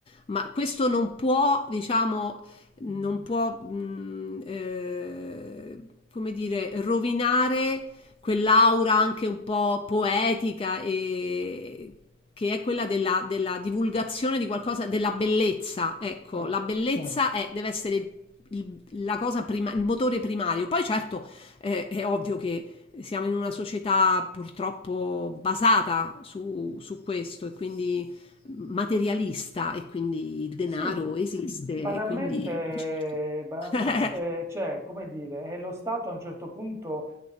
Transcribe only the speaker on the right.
certo.
Sì,
banalmente,
banalmente,
cioè, come dire, eh, lo Stato a un certo punto